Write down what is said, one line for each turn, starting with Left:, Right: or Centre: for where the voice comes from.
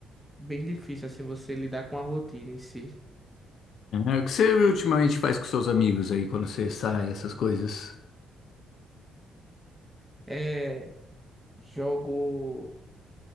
Centre: bem difícil assim você lidar com a rotina em si.
Left: É, o que você ultimamente faz com seus amigos aí quando você sai, essas coisas?
Centre: É, jogo